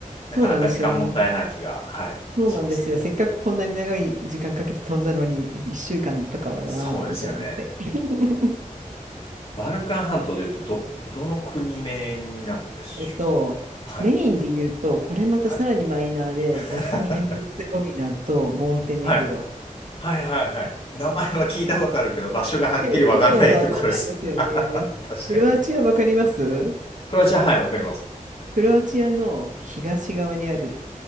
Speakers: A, on the left (about 40°); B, on the right (about 65°).
A: なかなか時間もったいない気が、
B: そうなんですよね。
A: はい、
B: そうなんですよ。
A: しますね。
B: せっかくこんなに長い時間かけて飛んだのに、1週間とかはなーなんて思って。
A: そうですよね。
B: <laughs>
A: バルカン半島でいうとど、どの国名になるんでしょう
B: えっと、
A: かはい。
B: メインで言うと、これまたさらにマイナーで、
A: はい。<laughs>
B: ボスニア・ヘルツェゴビナとモンテネグロ。
A: はい。はいはいはい。名前は聞いたことあるけど、場所がはっきりわかんないところです
B: でもどこにあるかわかんないですよね。
A: <laughs>。確かに。
B: クロアチアわかります
A: クロアチア、はい、わかります。
B: クロアチアの東側にある